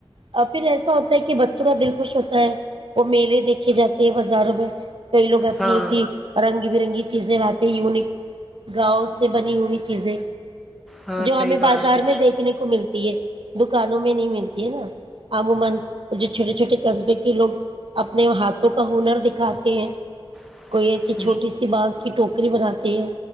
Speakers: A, on the right (about 75°); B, in the centre.
A: اور پھر ایسا ہوتا ہے کہ بچوں کا دل خوش ہوتا ہے وہ میلے دیکھے جاتے ہیں بازاروں میں کئی لو اپنی
B: ہاں
A: ایسی رنگی برنگی چیزیں لاتے یونک گاوں سے بنی ہوئی چیزیں
B: ہیں ہاں
A: جو
B: صحیح
A: ہمیں
B: کہا
A: بازار
B: آپ نے
A: میں دیکھنے کو ملتی ہے دکانوں میں نہیں ملتی ہے نا عموما جو چھوٹے چھوٹے کزبے کہ لوگ اپنے ہاتھوں کا ہنر دکھاتے ہیں
B: سنگنر
A: کوئی ایسی
B: دکھاتے
A: چھوٹی سی بانس ٹوکری بناتے ہیں